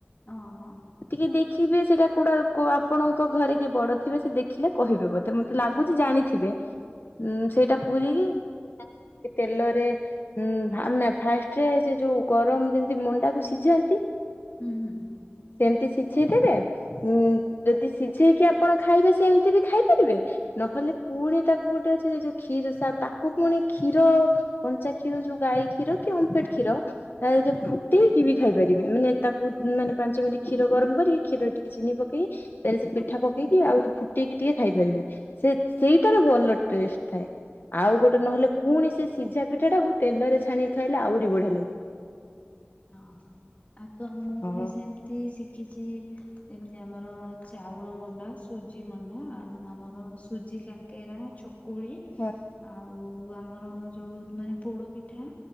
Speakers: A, on the left; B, on the left.
A: ଅ ହଁ।
B: ଟିକେ ଦେଖିବେ ସେଟା କୋଡ଼ା କୋଉ ଆ ଆପଣଙ୍କ ଘରେ କିଏ ବଡ ଥିବେ ସେ ଦେଖିଲେ କହିବେ ବୋଧେ ମତେ ଲାଗୁଚି ଜାଣିଥିବେ। ଉଁ ସେଇଟା ପୁରିହିଁ ତାକୁ କେ ତେଲରେ ଉଁ ଭା ନା ଫାଷ୍ଟ ରେ ସେ ଯୋଉ ଗରମ୍ ଯେମ୍ତି ମଣ୍ଡାକୁ ସିଝାନ୍ତି
A: ହୁଁ-ହୁଁ।
B: ସେମ୍ତି ସିଝେଇ ଦେବେ ଉଁ ଯଦି ସିଝେଇକି ଆପଣ ଖାଇବେ ସେମ୍ତି ବି ଖାଇ ପାରିବେ ନହଲେ ପୁଣି ତାକୁ ଗୋଟେ ଅଛି ସେ ଯୋଉ କ୍ଷୀର ସା ତାକୁ ପୁଣି କ୍ଷୀର କଞ୍ଚା କ୍ଷୀର ଯୋଉ ଗାଈ କ୍ଷୀର କି ଓମ୍ ଫେଡ୍‌ କ୍ଷୀର ତା ସହିତ ଫୁଟେଇକି ବି ଖାଇପାରିବେ ମାନେ ତାକୁ ମାନେ ପାଞ୍ଚ ମିଣ୍ଟି କ୍ଷୀର ଗରମ୍ କରିକି କ୍ଷୀର ଟି ଚିନି ପକେଇ ତେଲେ ସେ ପିଠା ପକେଇକି ଆଉରି ଫୁଟେଇକି ଟିକେ ଖାଇ ପାରିବେ ସେ ସେଇଟାର ଭଲ ଟେଷ୍ଟ। ଥାଏ ଆଉ ଗୋଟେ ନହେଲେ ପୁଣି ସେ ସିଝା ପିଠାଟାକୁ ତେଲରେ ଛାଣିକି ଖାଇଲେ ଆହୁରି ବଢିଆ ଲାଗେ।
A: ହଁ ଆଗ ମୁଁ
B: ହଁ
A: ବି ସେମ୍ତି ଶିକ୍ ଖିଛି ଏମତି ଆମର ଚାଉଳ ମଣ୍ଡା ସୁଜି ମଣ୍ଡା ଆଉ ଆମର ସୁଜି କାକେରା ଚକୁଳି
B: ହଁ
A: ଆଉ ଓଉ ଆମର ଯୋଉ ମାନେ ପୋଡ ପିଠା